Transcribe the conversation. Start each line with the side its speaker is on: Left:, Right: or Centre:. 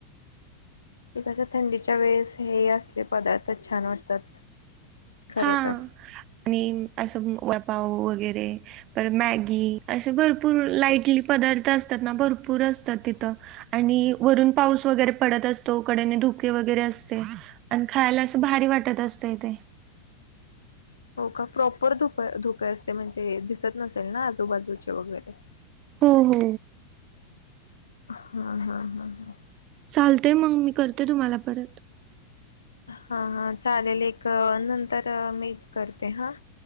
Left: ते कस थंडीच्या वेळेस हे असले पदार्थच छान वाटतात. खर
Right: हा
Left: तर
Right: आणि असं वडापाव वगैरे परत मॅगी असे भरपूर लाईटली पदार्थ असतात ना, भरपूर असतात तिथं. आणि वरून पाऊस वगैरे पडत असतो. कडेने धुके वगैरे असते. आणि खायाला असं भारी वाटत असतंय ते.
Left: हो का? प्रॉपर धुक धूके असतय म्हणजे दिसत नसेल ना आजूबाजूचे वगैरे
Right: हो हो.
Left: हा हा हा हा.
Right: चालतय मग मी, करते तुम्हाला परत?
Left: हा हा चालेल, एक अ नंतर मीच करते हा.